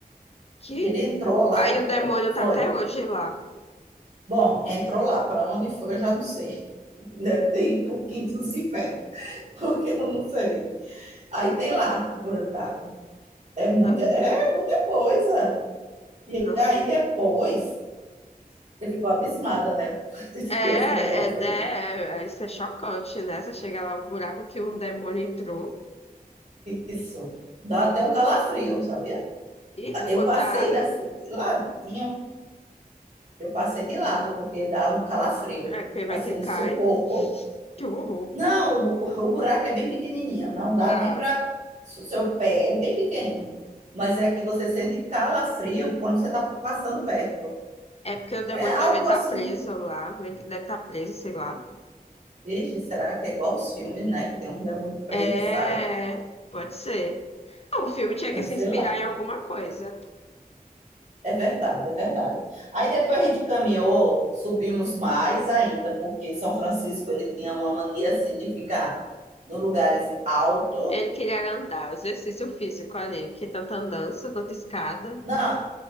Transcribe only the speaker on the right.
Que ele entrou lá
e ficou.
Foi.
Bom, entrou lá, para onde foi eu já não sei. <laughs> Deve ter ido para o quinto dos infernos, <laughs> porque eu não sei. Aí tem lá o buraco. É muita,
é muita coisa. E
aí depois você ficou abismada, né? <laughs>
Desse negócio aí.
Isso. Dá até um calafrio, sabia?
Eu
passei
da- assim, de ladinho, eu passei de lado, porque dá um calafrio,
assim,
no
seu corpo.
Não, o, bu- <laughs> o buraco é bem pequenininho, não dá
nem para. O seu pé é bem pequeno, mas é que você sente calafrio quando você está passando perto.
É algo
assim,
de,
"Vixe, será que é igual aos filmes, né? Que tem um demônio preso
e sai,
Eu
sei
lá.
É verdade, é verdade. Aí depois a gente caminhou, subimos mais ainda, porque São Francisco ele tinha uma mania assim de ficar nos lugares altos.
Não,